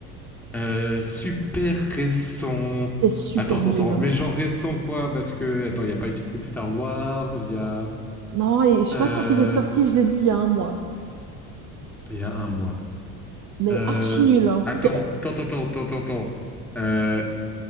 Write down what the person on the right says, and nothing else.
Et super
nul.
hein.
Non, et je sais
pas quand il est sorti, je l'ai vu il y a un mois.
Mais
archi nul. hein.
C'est...